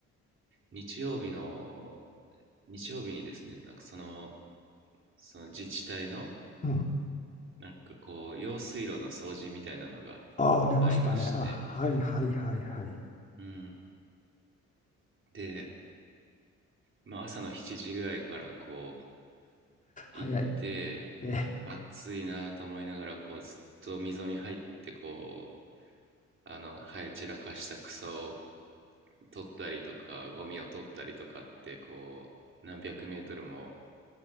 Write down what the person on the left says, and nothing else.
うん。
ああ、出ましたね。
あ、はいはいはいはい。
早い。え、